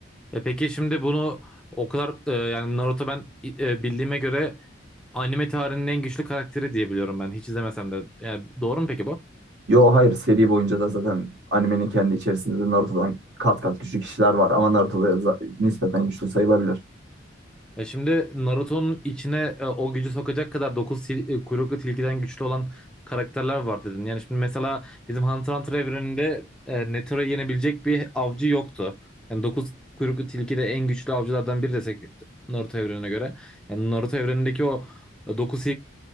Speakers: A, in the centre; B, on the right.
A: E peki şimdi bunu o kadar e, yani Naruto ben e, bildiğime göre anime tarihinin en güçlü karakteri diye biliyorum ben hiç izlemesem de. Yani doğru mu peki bu?
B: Yo hayır seri boyunca da zaten animenin kendi içerisinde de Naruto'dan kat kat güçlü kişiler var. Ama Naruto da za- nispeten güçlü sayılabilir.
A: Ya şimdi Naruto'nun içine e, o gücü sokacak kadar 9 kuyruklu tilkiden güçlü olan karakterler var dedin. Yani şimdi mesela bizim Hunter x Hunter evreninde e, Netero'yu yenebilecek bir avcı yoktu. Yani 9 kuyruklu tilki de en güçlü avcılardan biri desek Naruto evrenine göre. Yani Naruto evrenindeki o 9